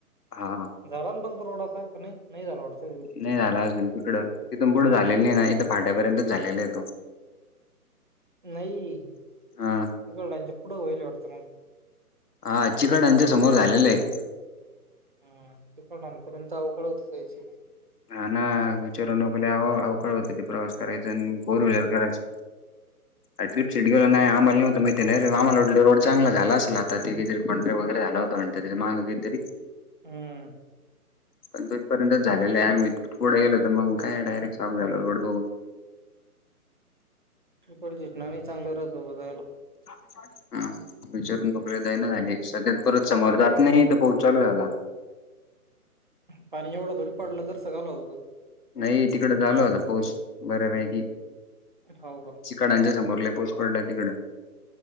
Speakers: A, on the left (about 80°); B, on the right (about 35°).
A: हा
B: झाला पण तो रोड आता का नाही? नाही झाला वाटतं
A: नाही झाला अजून तिकडं, तिथून पुढं झालेलं नाही ना, इथं फाट्यापर्यंतच झालेला आहे तो
B: नाही,
A: हा
B: <unintelligible> पुढ होईल वाटत म
A: हा, चिकडआच्या समोर झालेलं आहे.
B: हा तिकडांपर्यंत अवगड होत कायची
A: हा ना, विचारून नको लय अवघड होते ते प्रवास करायचा, आणि फोर व्हीलर करायच
B: फ
A: का ट्रिपल शिट गेलो नाही, आम्हाला नव्हत माहिती नाही रे, आमला रोड चांगला झाला असेल आता <unintelligible> कोंट्रि वगैरे झाला होता म्हण मागे काहीतरी
B: हम्म.
A: पण तुथपर्यंत झालेलं आहे, आम्ही पुढे गेलो तर मग काय डायरेक्ट शॉक झालो रोड बघून
B: तिथ कोण दिसणार नाय चांगलं राहत बघायला.
A: हम्म. विचारून मोकळे दय ना झाले, सध्यात परत समोर जात नाही तर पाउस चालू झाला
B: पाणी एवढं थोडी पडलं तर सगळं <unintelligible>
A: नाही तिकड चालू होता पाऊस बऱ्यापैकी
B: हो का?
A: चिकाडांच्या समोर लय पाऊस पडलाय तिकडं